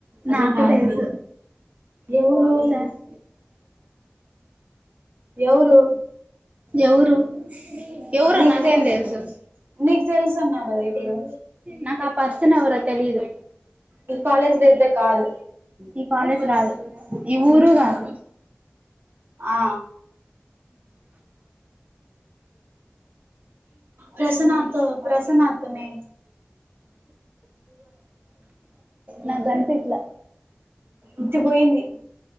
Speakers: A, on the right (about 35°); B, on the right (about 70°).
A: నాకు
B: అది హ్యాపీ
A: తెలుసు
B: ఎవరు
A: చెస్
B: ఎవరు
A: ఎవరు ఎవరో
B: నీకు
A: నాకేంతెలుసు
B: తెల్ నీకు తెలుసున్నా కదా ఇప్పుడు
A: నాకు ఆ పర్సన్ ఎవరు తెలీదు
B: ఈ కాలేజ్ లో అయితే కాదు
A: ఈ కాలేజ్ కాదు ఈ ఊరు కాదు
B: ఆ ఆ ప్రసన్నతో ప్రసన్నతోనే
A: నాకు కనిపిస్తు
B: ఉత్తి పోయింది